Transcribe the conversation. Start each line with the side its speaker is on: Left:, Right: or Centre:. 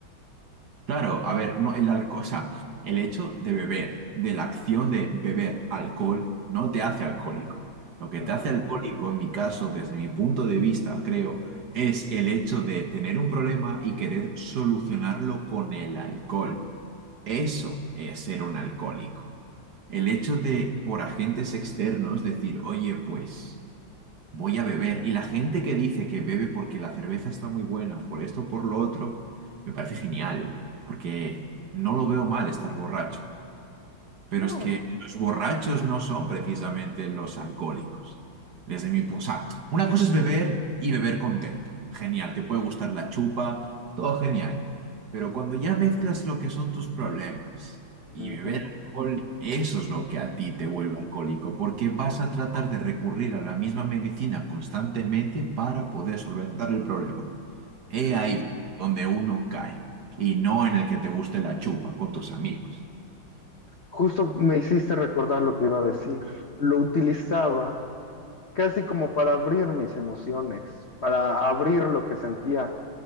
Right: Claro, a ver, no, el alcohol, o sea, el hecho de beber, de la acción de beber alcohol, no te hace alcohólico. Lo que
Left: Ujú.
Right: te hace alcohólico, en mi caso, desde mi punto de vista, creo, es el hecho de tener un problema y querer solucionarlo con el alcohol. Eso es ser un alcohólico. El hecho de, por agentes externos, decir, oye, pues voy a beber. Y la gente que dice que bebe porque la cerveza está muy buena, por esto, por lo otro, me parece genial, porque no lo veo mal estar borracho. Pero
Left: No,
Right: es que los borrachos no son precisamente los alcohólicos. Desde mi punto. O sea, una cosa es beber y beber contento. Genial, te puede gustar la chupa, todo genial. Pero cuando ya mezclas lo que son tus problemas y
Left: Ujú,
Right: beber alcohol, eso es lo que a ti te vuelve alcohólico, porque vas a tratar de recurrir a la misma medicina constantemente para poder solventar el problema. He
Left: sí.
Right: ahí donde uno cae y no en el que te guste la chupa con tus amigos.
Left: Justo me hiciste recordar lo que iba a decir. Lo utilizaba casi como para abrir mis emociones, para abrir lo que sentía.